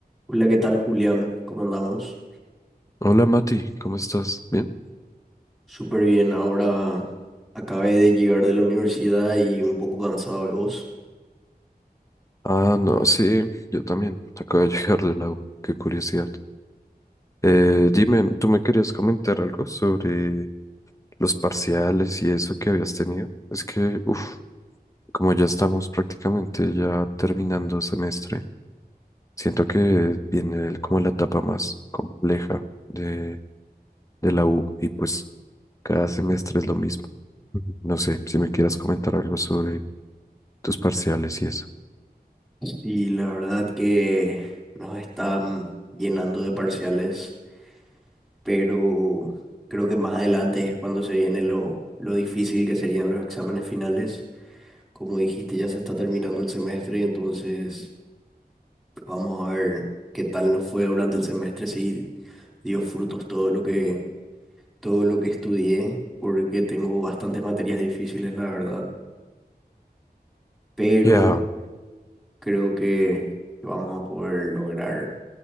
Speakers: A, in the centre; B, on the left (about 20°).
A: Hola, ¿qué tal, Julián? ¿Cómo andamos?
B: Hola Mati, ¿cómo estás? ¿Bien?
A: Súper bien. Ahora acabé de llegar de la universidad y un poco cansado de vos.
B: Ah, no, sí, yo también. Acabo de llegar de la U, qué curiosidad. Eh, dime, ¿tú me querías comentar algo sobre los parciales y eso que habías tenido? Es que, uff, como ya estamos prácticamente ya terminando semestre, siento que viene el- como la etapa más compleja de, de la U y pues cada semestre es lo mismo. Ujú. No sé si me quieras comentar algo sobre tus parciales y eso.
A: Y la verdad que nos están llenando de parciales, pero creo que más adelante es cuando se viene lo, lo difícil que serían los exámenes finales. Como dijiste, ya se está terminando el semestre, entonces vamos a ver qué tal nos fue durante el semestre, si dio frutos todo lo que, todo lo que estudié, porque tengo bastantes materias difíciles, la verdad, pero
B: Ya,
A: creo que, que vamos a poder lograr